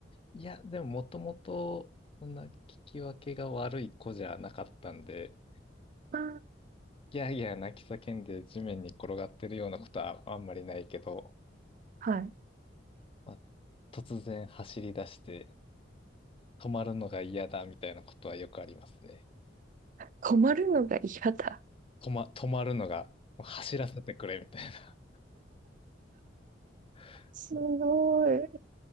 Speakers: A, on the left; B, on the right.
A: いや、でももともと、そんな聞き分けが悪い子じゃなかったんで、
B: あー
A: ギャーギャー泣き叫んで地面に転がってるようなことはあんまりないけど、
B: はい。
A: まあ、突然走り出して、止まるのが嫌だみたいなことはよくありますね。
B: 困るのが嫌だ。
A: 止ま、止まるのが、もう走らせてくれみたいな。<laughs>
B: すごい。
A: そう